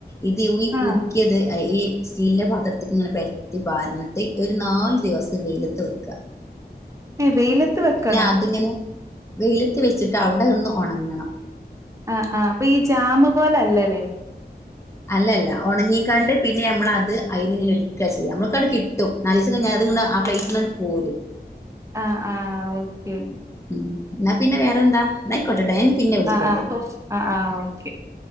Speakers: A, on the left; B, on the right.
A: ഇത് ഈ കുറുക്കിയത്
B: ആഹ്
A: അയ് സ്റ്റീലിന്റെ പാത്രത്ത്ക്ക് ഇങ്ങനെ പരത്തി പാർന്നിട്ട് ഒരു നാല് ദിവസം വെയിലത്ത് വെക്ക.
B: ഏഹ് വെയിലത്ത് വെക്കണോ?
A: അതിങ്ങനെ വെയിലത്ത് വെച്ചിട്ട് അവിടെ നിന്ന് ഒണങ്ങണം.
B: ആഹ്, ആഹ് അപ്പൊ ഈ ജാമ് പോല അല്ലലേ.
A: അല്ലല്ല ഒണങ്ങിക്കാണ്ട് പിന്നെ ഞമ്മളത് അയ്ന് ഇങ്ങനെ ഇട് ക്കാ ചെയ്യ നമ്മൾക്കാട് കിട്ടും നാലീസം കഴിഞ്ഞ അത്ങ്ങനെ ആ പ്ലേറ്റിലങട് പോരും.
B: ആഹ്, ആഹ് ഓക്കെ.
A: ഉം ന്നാ പിന്നെ വേറെന്താ ന്നാ ആയിക്കോട്ടെട്ടോ ഞാൻ ഇനി പിന്നെ വിളിക്കണ്ട്.
B: ആഹ് ആഹ് ആഹ് ആഹ് ഓക്കെ